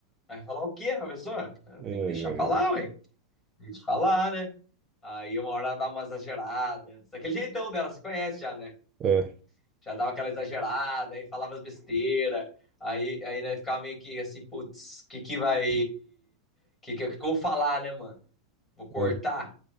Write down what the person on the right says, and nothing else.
Ai,
ai,
ai.
É,
é.